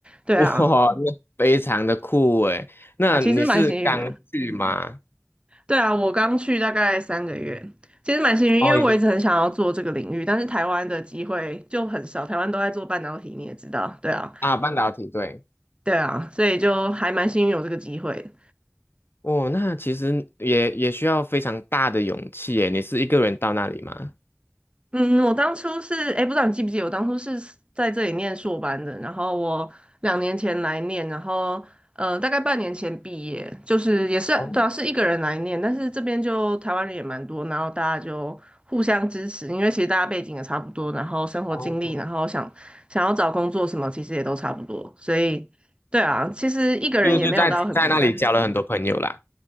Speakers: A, on the right; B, on the left.
A: 对啊，
B: 哇，那非常的酷哎。那你是刚去吗？
A: 啊，其实蛮幸运的。对啊，我刚去大概三个月，其实蛮幸运，
B: 哦，
A: 因为我一直很想要做这个领域，
B: 已经
A: 但是台湾的机会就很少，台湾都在做半导体，你也知道，对啊，
B: 啊，半导体，对。
A: 对啊，所以就还蛮幸运有这个机会
B: 哦，那其实也也需要非常大的勇气诶。你是一个人到那里吗？
A: 嗯，我当初是，哎，不知道你记不记得，我当初是在这里念硕班的，然后我两年前来念，然后呃，大概半年前毕业，就是也是对啊，
B: 哦
A: 是一个人来念，但是这边就台湾人也蛮多，然后大家就互相支持，因为其实大家背景也差不多，然后生活经历，
B: 哦，
A: 然后想想要找工作什么，其实也都差不多，所以对啊，其实一个人也没有到很孤单。
B: 就就在在那里交了很多朋友啦。